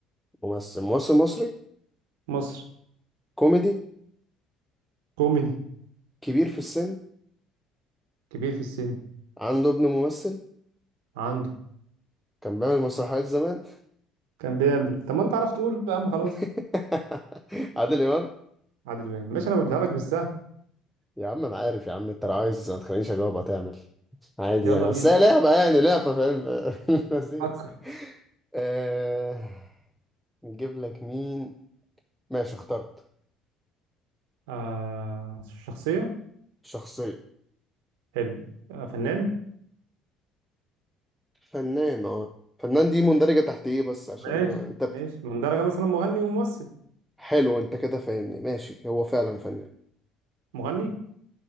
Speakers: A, in the centre; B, on the right.
A: ممثل ممثل مصري
B: مصر
A: كوميدي
B: كوميدي
A: كبير في السن
B: كبير في السن
A: عنده ابن ممثل
B: عنده
A: كان بيعمل مسرحيات زمان
B: كان بيعمل طب ما انت عرفت تقول يا عم خلاص
A: <laughs> عادل امام
B: عادل امام ماشي انا ببدأ لك بالسهل
A: يا عم انا عارف يا عم انت لو عايز ما تخلينيش اجاوب هتعمل عادي
B: يلا
A: يعني
B: بينا
A: بس هي لعبه يعني لعبه فاهم <laughs> لذيذ
B: فكر
A: آه، نجيب لك مين ماشي اخترت
B: آه شخصية
A: شخصية
B: حلو آه فنان
A: فنان اه فنان دي مندرجة تحت ايه بس عشان
B: ماشي
A: أنا... انت بت...
B: ماشي من درجة مثلا مغني وممثل
A: حلو انت كده فاهمني ماشي هو فعلا فنان
B: مغني